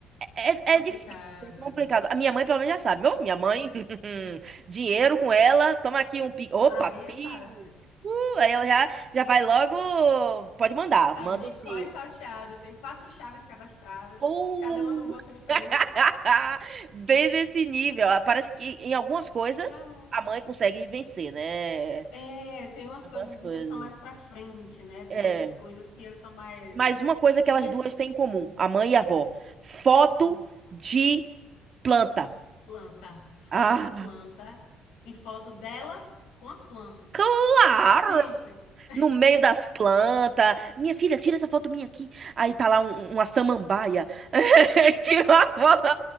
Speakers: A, on the right; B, on the left.
A: é,
B: Complicado.
A: é, é difícil. É complicado. A minha mãe, pelo menos, já sabe. Meu, minha mãe, <laughs> dinheiro com ela, toma aqui um pi. Opa,
B: Aí é
A: pi.
B: fácil.
A: Uh, aí ela já, já vai logo. Pode mandar,
B: sabe? Sabadicó
A: manda o pi.
B: e salteado. Tem quatro chaves cadastradas.
A: Uh!
B: Cada uma num banco diferente.
A: <laughs> Bem nesse nível. Ah, Parece que em algumas coisas
B: Ah.
A: a mãe consegue vencer, né? Em
B: É, tem umas
A: Algumas
B: coisas assim
A: coisas.
B: que eles são mais pra frente, né? Tem
A: É.
B: outras coisas que eles são mais...
A: Mas uma coisa que
B: Porque
A: elas duas têm em comum, a mãe e a avó: foto
B: hum,
A: de planta.
B: planta. Foto
A: Ah,
B: de planta. E foto delas com as plantas.
A: claro!
B: Sempre. <laughs>
A: No meio das plantas. Minha filha, tira essa foto minha aqui. Aí tá lá um- uma samambaia. <laughs> Tira uma foto.
B: Do-